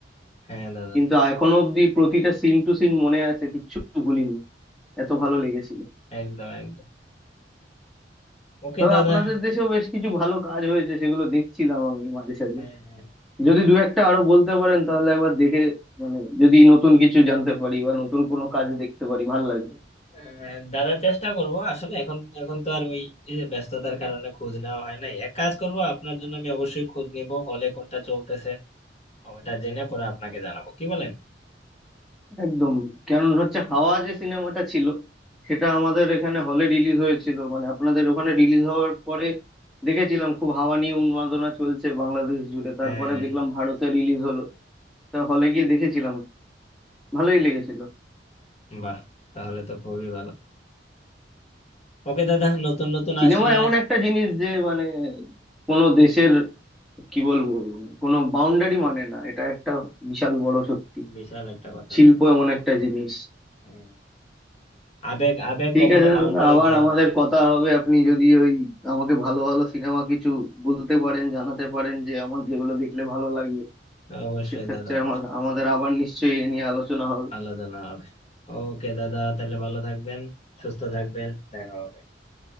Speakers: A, on the left; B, in the centre.
A: হ্যাঁ দাদা
B: কিন্তু এখনো অব্দি প্রতিটা সিন টু সিন মনে আছে কিচ্ছু ভুলিনি এত ভালো লেগেছিল
A: একদম একদম ওকে
B: তবে
A: দাদা
B: আপনাদের দেশেও বেশ কিছু ভালো কাজ হয়েছে সেগুলো দেখছিলাম আমি মাঝে সাঝে
A: হ্যাঁ হ্যাঁ
B: যদি দু একটা আরো বলতে পারেন তাহলে একবার দেখে মানে যদি নতুন কিছু জানতে পারি বা নতুন কোনো কাজ দেখতে পারি ভাল লাগবে
A: আহ, দাদা চেষ্টা করব আসলে এখন এখন তো আর ওই এই যে ব্যস্ততার কারণে খোঁজ নেওয়া হয় নাই এক কাজ করব আপনার জন্য আমি অবশ্যই খোঁজ নিব হলে কোনটা চলতেছে ওটা জেনে পরে আপনাকে জানাবো কি বলেন
B: একদম কারণ হচ্ছে হাওয়া যে সিনেমাটা ছিল সেটা আমাদের এখানে হলে রিলিজ হয়েছিল মানে আপনাদের ওখানে রিলিজ হওয়ার পরে দেখেছিলাম খুব হাওয়া নিয়ে উন্মাদনা চলছে বাংলাদেশ জুড়ে তারপরে
A: হ্যাঁ হ্যাঁ
B: দেখলাম ভারতে রিলিজ হলো তা হলে গিয়ে দেখেছিলাম ভালোই লেগেছিল
A: হ্যাঁ বাহ তাহলে তো খুবই ভালো ওকে দাদা নতুন নতুন
B: সিনেমা
A: আসলে
B: এমন একটা জিনিস যে মানে কোনো দেশের কি বলবো মানে কোনো বাউন্ডারি মানে না এটা একটা বিশাল বড় সত্যি
A: বিশাল একটা কথা
B: শিল্প
A: দাদা আসলে
B: এমন একটা জিনিস
A: হ্যাঁ, আবেগ আবেগ
B: ঠিক
A: কখনো
B: আছে
A: বাউন্ডারি
B: আবার
A: দিয়ে
B: আমাদের
A: হয় না
B: কথা হবে আপনি যদি ওই আমাকে ভালো ভালো সিনেমা কিছু বলতে পারেন জানাতে পারেন যে আমার যেগুলো দেখলে ভালো লাগবে
A: অবশ্যই
B: সেক্ষেত্রে
A: দাদা অবশ্যই
B: আমার আমাদের আবার নিশ্চয়ই এ নিয়ে আলোচনা হবে
A: আলোচনা হবে ওকে দাদা তাহলে ভালো থাকবেন সুস্থ থাকবেন দেখা হবে